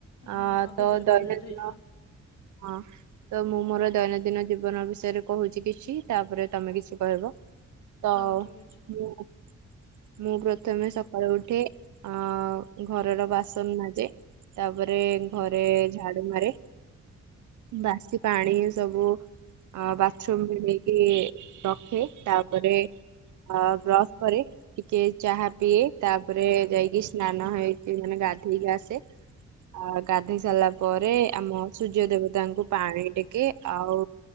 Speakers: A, on the left (about 60°); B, on the right (about 80°).
A: ହଁ
B: ଆ
A: ଅଭ୍ୟାସରେ
B: ତ
A: ପରିଣତ
B: ଦୈନନ୍ଦିନ
A: ହେଇଯିବ।
B: ହଁ ତ ମୁଁ ମୋର ଦୈନନ୍ଦିନ ଜୀବନ ବିଷୟରେ କହୁଛି କିଛି ତାପରେ ତମେ କିଛି କହିବ। ତ
A: ହଉ ଠିକ୍ ଅଛି।
B: ମୁଁ ମୁଁ ପ୍ରଥମେ ସକାଳୁ ଉଠି ଅ ଘରର ବାସନ ମାଜେ ତାପରେ ଘରେ ଝାଡୁ ମାରେ ବାସି ପାଣି ସବୁ ଅ ବାଥରୁମରେ ନେଇକି ରଖେ ତାପରେ ଆ ବ୍ରସ୍ କରେ। ଟିକେ ଚାହା ପିଏ ତାପରେ ଯାଇକି ସ୍ନାନ ହେଇକି ମାନେ ଗାଧେଇକି ଆସେ। ଆ ଗାଧୋଇ ସାରିଲା ପରେ ଆମ ସୂର୍ଯ୍ୟ ଦେବତାଙ୍କୁ ପାଣି ଟେକେ ଆଉ